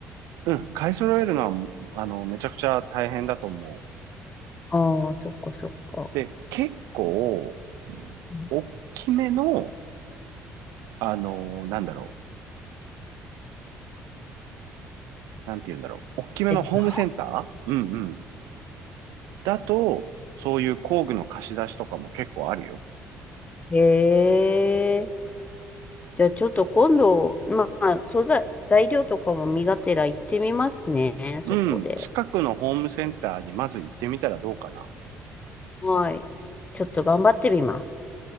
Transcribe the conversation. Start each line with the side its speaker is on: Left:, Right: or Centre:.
Right: うん。買い揃えるのは、あの、めちゃくちゃ大変だと思う。
Left: ああー、そっかそっか。
Right: で、結構、
Left: うん
Right: 大きめの、あの、なんだろう。なんて言うんだろう。大きめのホームセンターうんうん。
Left: え
Right: だと、そういう工具の貸し出しとかも結構あるよ。
Left: へえじゃあちょっと今度、まあ、素材、材料とかも身がてら行ってみますね、そこで。
Right: うん。近くのホームセンターにまず行ってみたらどうかな。
Left: はい。ちょっと頑張ってみます。